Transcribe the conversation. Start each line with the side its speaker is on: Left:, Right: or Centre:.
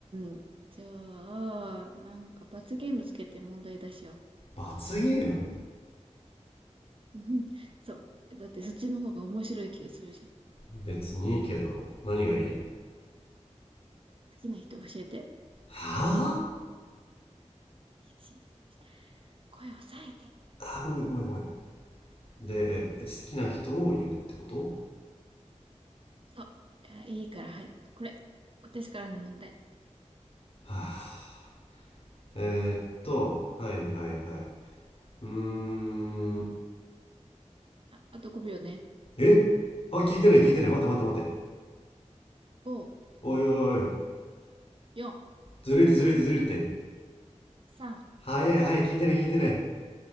Right: ーん。じゃあ、なんか罰ゲームつけて問題出し合おう。
Left: 罰ゲーム
Right: うんそう。だってそっちの方が面白い気がするじゃん。好
Left: 別にいいけど何がいい
Right: きな人教えて。
Left: はぁあ
Right: 吉声を抑えて。
Left: あ、ごめんごめんごめん。で、好きな人を言うってこと
Right: そう。じゃあいいから、はい。これ。私からの問題。
Left: はあ、えーっと、はいはいはい。うーん。
Right: あ、あと5秒ね。
Left: えあ、聞いてない聞いてない。待って待って待って。
Right: 5、
Left: おいおいおい。
Right: 4、
Left: ずるいってずるいってずるいって。
Right: 3、
Left: 早い早い聞いてない聞いてない。